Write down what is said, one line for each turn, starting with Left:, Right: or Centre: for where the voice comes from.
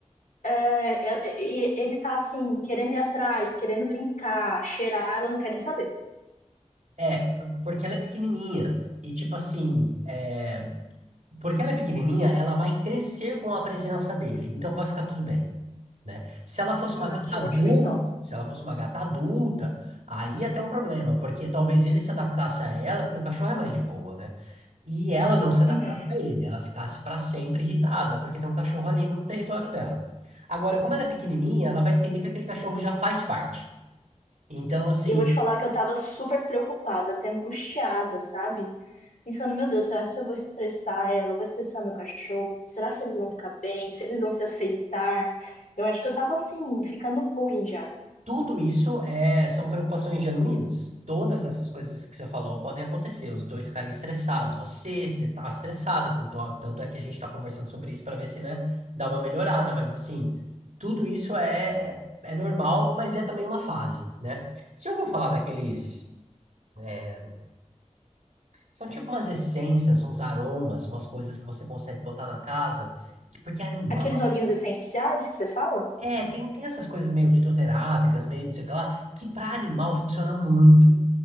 Left: é, é, e- ele tá assim, querendo ir atrás, querendo brincar, cheirar, ela não quer nem saber.
Right: É, porque ela é pequenininha. E tipo assim, é, porque ela é pequenininha, ela vai crescer com a presença dele. Então vai ficar tudo bem. né? Se ela fosse
Left: Ah,
Right: uma gata
Left: que
Right: adulta,
Left: ótimo, então.
Right: se ela fosse uma gata adulta, aí ia ter um problema, porque talvez ele se adaptasse a ela, porque o cachorro é mais de boa, né? E ela não se adaptasse
Left: Uhum.
Right: a ele, ela ficasse para sempre irritada, porque tem um cachorro ali no território dela. Agora, como ela é pequenininha, ela vai entender que aquele cachorro já faz parte. Então, assim,
Left: E eu vou te falar que eu tava super preocupada, até angustiada, sabe? Pensando, meu Deus, será que eu vou estressar ela? Vou estressar meu cachorro? Será se eles vão ficar bem? Se eles vão se aceitar? Eu acho que eu tava assim, ficando ruim já.
Right: Tudo isso é, são preocupações genuínas. Todas essas coisas que você falou podem acontecer. Os dois ficarem estressados. Você está estressada, tanto, tanto é que a gente está conversando sobre isso para ver se, né, dá uma melhorada. Mas, assim, tudo isso é, é normal, mas é também uma fase, né? Você já ouviu falar daqueles... é, são tipo umas essências, uns aromas, umas coisas que você consegue botar na casa, que- porque é animal.
Left: Aqueles olhinhos essenciais que você fala?
Right: É, tem, tem essas coisas meio fitoterápicas, meio não sei o que lá, que para animal funciona muito.